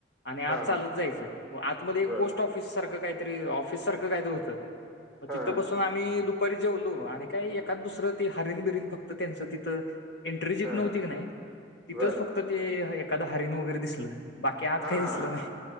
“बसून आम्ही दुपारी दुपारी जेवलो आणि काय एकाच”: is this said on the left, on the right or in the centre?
Left